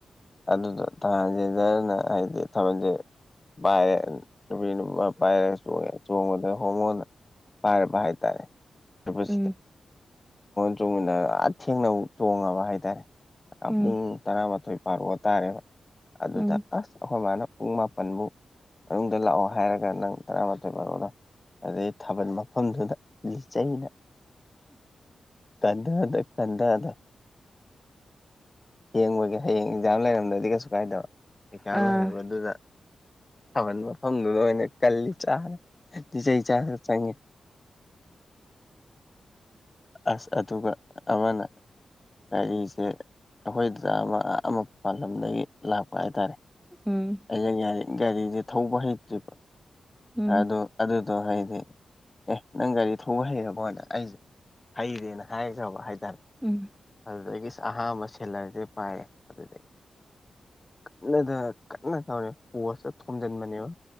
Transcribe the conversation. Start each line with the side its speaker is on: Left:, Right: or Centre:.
Left: ꯑꯗꯨꯗꯣ ꯇ꯭ꯔꯥꯟꯖꯦꯟꯗꯔꯅ ꯍꯥꯏꯗꯤ ꯊꯥꯕꯜꯖꯦ ꯄꯥꯏꯌꯦ ꯅꯨꯄꯤ ꯅꯨꯄꯥ ꯄꯥꯏꯔ ꯆꯣꯡꯉꯦ ꯆꯣꯡꯕꯗ ꯍꯣꯃꯣꯅ ꯄꯥꯏꯔꯕ ꯍꯥꯏ ꯇꯥꯔꯦ <unintelligible> ꯊꯥꯕꯜ
Centre: ꯎꯝ
Left: ꯆꫭꯡꯃꯤꯟꯅꯔ ꯑꯥ ꯊꯦꯡꯅ ꯆꯣꯡꯉꯕ ꯍꯥꯏꯇꯥꯔꯦ ꯑ
Centre: ꯎꯝ
Left: ꯄꯨꯡ ꯇꯔꯥꯃꯥꯊꯣꯏ ꯕꯥꯔꯣ ꯇꯥꯔꯦꯕ ꯑꯗꯨꯗ
Centre: ꯎꯝ
Left: ꯑꯁ ꯑꯈꯣꯏ ꯃꯥꯅ ꯄꯨꯡ ꯃꯥꯄꯟꯕꯨꯛ ꯃꯅꯨꯡꯗ ꯂꯥꯛꯑꯣ ꯍꯥꯏꯔꯒ ꯅꯪ ꯇꯔꯥꯃꯥꯊꯣꯏ ꯕꯥꯔꯣ ꯑꯗꯩ ꯊꯥꯕꯜ ꯃꯐꯝꯗꯨꯗ ꯂꯤꯆꯩꯅ <unintelligible> ꯀꯟꯗꯗ ꯀꯟꯗꯗ ꯊꯦꯡꯕꯒꯤ ꯍꯌꯦꯡ ꯑꯦꯛꯖꯥꯝ ꯂꯩꯔꯝꯗ꯭ꯔꯗꯤ ꯀꯩꯁꯨ ꯀꯥꯏꯗꯕ ꯑꯦꯛꯖꯥꯝ
Centre: ꯑꯥ
Left: ꯂꯩꯕꯗꯨꯗ ꯊꯥꯕꯜ ꯃꯐꯝꯗꯨꯗ ꯑꯣꯏꯅ ꯀꯜꯂꯤ ꯆꯥꯔꯦ ꯂꯤꯆꯩ ꯆꯥꯔꯒ ꯆꯪꯉꯦ ꯑꯥꯁ ꯑꯗꯨꯒ ꯑꯃꯅ ꯑꯩꯖꯦ ꯑꯈꯣꯏ ꯗꯗꯥ ꯑꯃ ꯑꯥ ꯃꯄꯥꯟꯂꯝꯗꯒꯤ ꯂꯥꯛꯄ ꯍꯥꯏꯇꯥꯔꯦ
Centre: ꯎꯝ
Left: <unintelligible> ꯒꯥꯔꯤꯖꯦ ꯊꯧꯕ ꯍꯩꯇ꯭ꯔꯤꯕ
Centre: ꯎꯝ
Left: ꯑꯗꯨ
Centre: ꯎꯝ
Left: ꯑꯗꯨꯗꯣ ꯍꯥꯏꯗꯤ ꯑꯦ ꯅꯪ ꯒꯥꯔꯤ ꯊꯧꯕ ꯍꯩꯔꯕꯣꯅ ꯑꯩ <unintelligible> ꯍꯩꯔꯦꯅ ꯍꯥꯏꯒ꯭ꯔꯕ ꯍꯥꯏꯇꯥꯔꯦ
Centre: ꯎꯝ
Left: ꯑꯗꯨꯗꯒꯤ ꯑꯍꯥꯟꯕ ꯁꯦꯂꯔꯖꯦ ꯄꯥꯏꯌꯦ ꯑꯗꯨꯗꯩ ꯀꯟꯅ ꯊꯧꯔꯦ ꯀꯟꯅ ꯊꯧꯔꯦ ꯄꯣꯁꯇ ꯊꯣꯝꯖꯟꯕꯅꯦꯕ